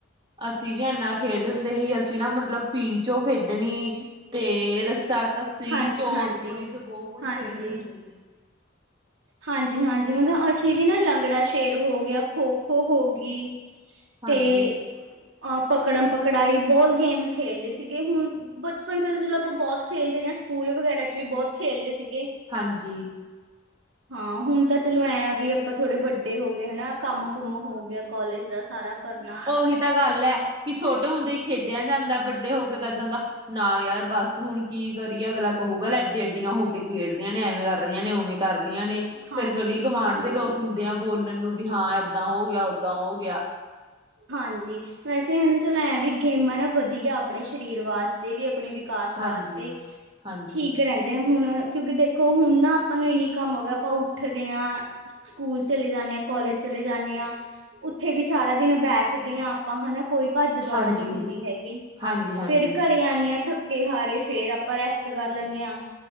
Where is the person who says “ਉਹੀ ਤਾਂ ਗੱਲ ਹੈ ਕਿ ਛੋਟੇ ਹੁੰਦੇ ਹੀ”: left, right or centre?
Right